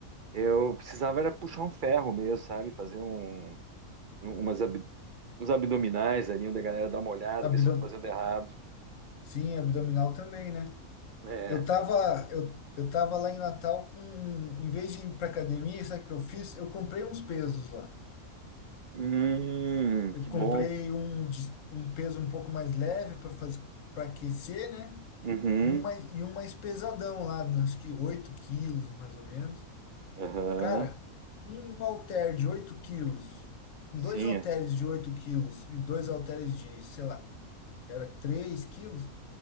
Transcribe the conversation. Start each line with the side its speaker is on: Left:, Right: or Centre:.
Right: eu precisava era puxar um ferro mesmo, sabe? Fazer um, um- umas, ab- uns abdominais ali, onde a galera dá uma olhada,
Left: abdom,
Right: ver se eu tô fazendo errado.
Left: sim, abdominal também, né?
Right: É.
Left: Eu tava, eu, eu tava lá em Natal com, em vez de ir pra academia, sabe o que eu fiz? Eu comprei uns pesos lá.
Right: Hum,
Left: Eu
Right: que
Left: comprei
Right: bom.
Left: um, de- um peso um pouco mais leve para fazer para aquecer, né?
Right: Uhum,
Left: E um mais, e um mais pesadão lá, né? acho que 8 quilos, mais ou menos.
Right: aham,
Left: Cara, um halter de 8 quilos, com
Right: sim.
Left: dois halteres
Right: é.
Left: de 8 quilos e dois halteres de, sei lá, era 3 quilos.